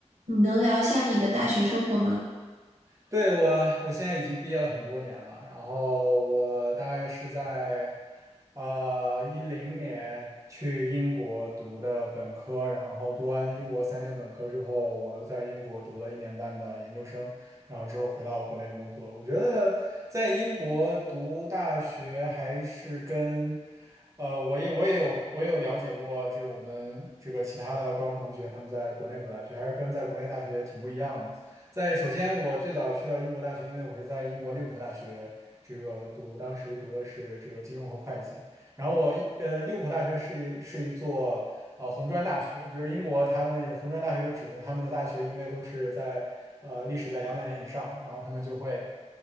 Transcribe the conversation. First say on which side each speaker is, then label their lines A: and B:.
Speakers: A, on the right; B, on the right.
A: 你能聊一下你的大学生活吗？
B: 对，我，我现在已经毕业了很多年了，然后我大概是在呃一零年去英国读的本科，然后读完英国三年本科之后，我又在英国读了一年半的研究生，然后之后回到国内工作。我觉得在英国读大学还是跟呃，我也我也有我也有了解过，这个我们这个其他的高中同学他们在国内读大学，还是跟在国内大学挺不一样的。在首先，我最早去到英国大学，因为我是在英国利物浦大学这个读，当时读的是这个金融和会计。然后我一呃，利物浦大学是一是一座呃红砖大学，就是英国他们有红砖大学就指的他们的大学，因为都是在呃历史在两百年以上，然后他们就会。